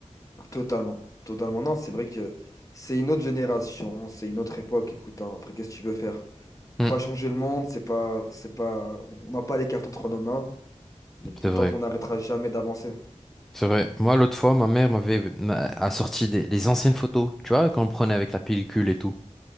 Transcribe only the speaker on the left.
Totalement, totalement. Non, c'est vrai que c'est une autre génération, c'est une autre époque. Écoute, hein, après, qu'est-ce que tu veux faire? On
peut pas changer le monde, c'est pas, c'est pas, on n'a pas les cartes entre nos mains. Le,
le
temps qu'on n'arrêtera jamais d'avancer.